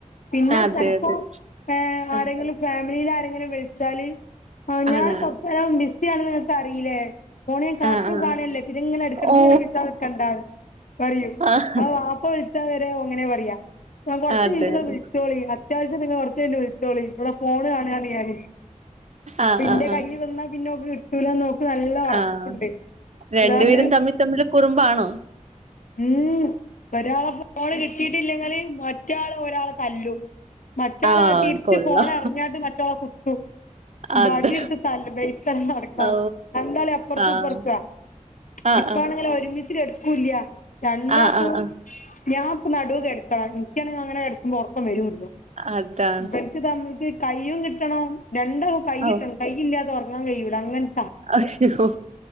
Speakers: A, on the left (about 75°); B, on the right (about 60°).
A: പിന്നെ
B: അതെ
A: ചെൽപ്പോ
B: അതെ
A: ഏഹ് ആരെങ്കിലും
B: ആഹ്
A: ഫാമിലിയിൽ ആരെങ്കിലു വിളിച്ചാല് ആ ഞാൻ
B: ആണാണ്
A: കൊറച്ചേരം ബിസി ആണെന്ന് ഇങ്ങക്ക് അറിയില്ലേ ഫോണ് ഞാൻ കാർട്ടൂൻ
B: ആഹ് ആഹ്
A: കാണല്ലെ.
B: ആഹ്.
A: പിന്നെങ്ങെനെ എടക്കട്ക്ക്ങ്ങനെ
B: ഓ
A: വി തവ്ക്കണ്ടാന് പറയും
B: ആഹ്
A: ആവാപ്പ വിൾ ച്ചാ വരെ ഓഅങ്ങനെ പറയാ ങ്ങ കൊറച്ചഴിഞ്ഞട്ട്
B: അതെ അതെ
A: വിളിച്ചോളി അത്യാവശ്യണ്ടങ്കി കൊറച്ചഴിഞ്ഞിട്ട് വിളിച്ചോളി ഇവിടെ ഫോണ് കാണാണ് ഞാൻ ഇപ്പ
B: ആഹ്
A: ഇന്റെ
B: ആഹ്
A: കയ്യിൽ
B: ആഹ്
A: വന്നാ പിന്നോക്ക് ട്ടൂലന്ന് ഓക്ക് നല്ല ഒറപ്പുണ്ട്
B: ആഹ് രണ്ടുപേരും
A: ലാന്ന്
B: തമ്മി തമ്മില് കുറുമ്പാണോ?
A: മ് ഒരാളെ ഫോണ് കിട്ടിയിട്ടില്ലെങ്കിൽ മറ്റേ ആൾ ഒരാളെ തല്ലും. മറ്റാള്
B: ആഹ്
A: തിരിച്ച്
B: കൊള്ളാം
A: ഫോണെറിഞ്ഞാണ്ട് മറ്റാളെ കുത്തും.
B: അത്
A: ബടി ട്ത്ത് തല്ലുബഴക്ക് അയ്ന് അടക്കള
B: ഓ
A: രാണ്ടാളിം അപ്പുറത്ത്
B: ആഹ്
A: ഇപ്പറ്ത്താ.
B: ആഹ്
A: ഇപ്പാണെങ്കിലൊ രുമിച്ച് കെട്ക്കൂല രണ്ടാക്കും
B: ആഹ് ആഹ് ആഹ് ആഹ്
A: ഞൻ പൊ നടൂ കെട്ക്കണം ഇൻക്കാണെങ്കി അങ്ങനെ കെ ക്കുബോ ഒറക്കം വരൂല്ല.
B: അതാണ്
A: ഇവൽക്ക് താ മറ്റെ കയ്യും കിട്ടണം രണ്ടാൾ കൈയ്യിട്ടണം
B: ഔ
A: കൈയില്ലാതെ ഒറങ്ങാൻ കഴിയൂല അങ്ങനത്താ
B: അയ്യോ